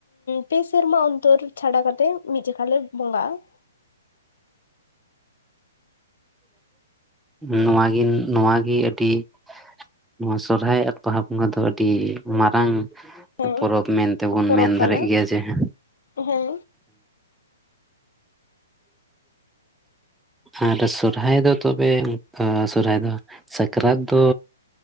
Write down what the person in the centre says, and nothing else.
ᱱᱚᱣᱟ ᱱᱚᱣᱟᱜᱮ ᱟᱹᱰᱤ ᱱᱚᱣᱟ ᱥᱚᱨᱦᱟᱭ ᱟᱨ ᱵᱟᱦᱟ ᱵᱚᱸᱜᱟ ᱫᱚ ᱟᱹᱰᱤ ᱢᱟᱨᱟᱝ
ᱯᱚᱨᱚᱵ ᱢᱮᱱ ᱛᱮᱵᱚᱱ
ᱢᱮᱱ ᱫᱟᱲᱮᱜ
ᱜᱮᱭᱟ ᱡᱮ ᱦᱮ
ᱟᱨ ᱥᱚᱨᱚᱦᱟᱭ ᱫᱚ ᱛᱚᱵᱮ ᱚᱱᱠᱟ ᱥᱚᱨᱚᱦᱟᱭ ᱫᱚ ᱥᱟᱠᱨᱟᱛ ᱫᱚ